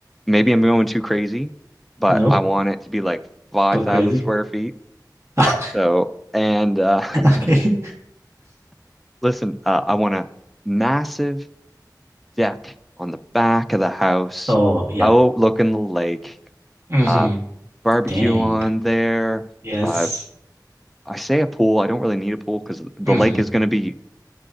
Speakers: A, in the centre; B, on the right (about 40°).
A: maybe I'm going too crazy, but
B: Nope.
A: I want it to be like 5,000
B: Go crazy.
A: square feet.
B: <laughs>
A: So, and uh,
B: Okay.
A: <laughs> listen, uh, I want a massive deck on the back of the house,
B: Oh, yeah.
A: overlooking the lake,
B: Mm-hmm.
A: uh, barbecue
B: Dang.
A: on there.
B: Yes.
A: Uh, I say a pool. I don't really need a pool because the
B: Mm-hmm.
A: lake is going to be